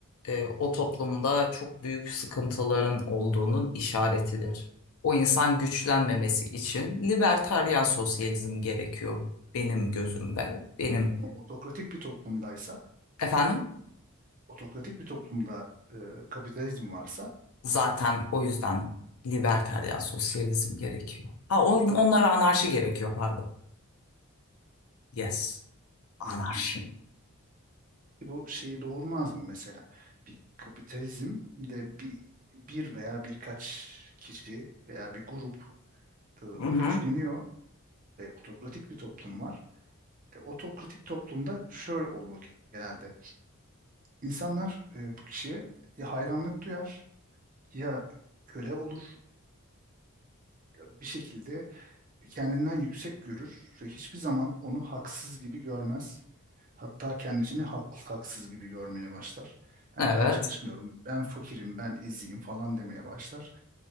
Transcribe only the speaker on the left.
e, o toplumda çok büyük sıkıntıların olduğunun işaretidir. O insan güçlenmemesi için libertaryen sosyalizm gerekiyor benim gözümde. Benim
efendim
zaten o yüzden libertaryen sosyalizm gerekiyor. Ha, on, onlara anarşi gerekiyor pardon. Yes, anarşi.
Hı hı.
Evet.